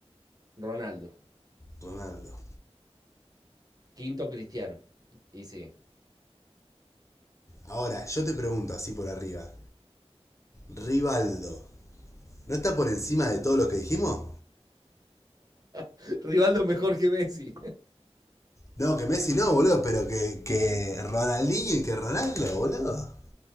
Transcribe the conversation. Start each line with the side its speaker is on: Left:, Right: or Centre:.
Right: Ronaldo.
Left: Ronaldo.
Right: Quinto Cristiano. Y sí.
Left: Ahora, yo te pregunto así por arriba. Rivaldo. ¿No está por encima de todo lo que dijimos?
Right: <laughs> Rivaldo mejor que Messi.
Left: No, que Messi no, boludo, pero que, que Ronaldinho y que Ronaldo, boludo.